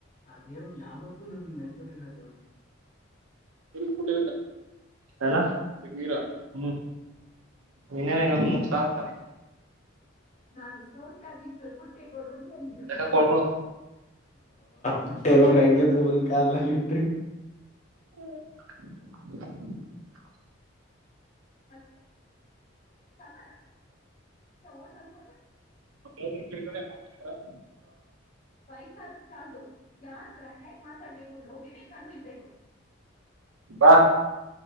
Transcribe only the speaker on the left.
ಅ ದೇವ ಯಾವತ್ತೂ ನಮಗೆ ಮೆಲ್ತೋದರ ದೇವ್ರ
ನಾನು ಸಾವ ರೂಪಗ ಸ್ವಲ್ಪ ತಗಡ್ದು
ಪುಟ್ಟೆಗೋಡಂಗ್ಯತ್ರು ಒನ್ ಕಲ್ಲ್ಲಿ ಇಟ್ಟ
ಮತ್ತೆ ಸಮಾನೇ ಓಡ್ಬಗ
ವಯಸಾದಷ್ಟದು ಯಾರದ್ರ ಹೇಗ್ ಮಾತಾಡ್ಬೇಕು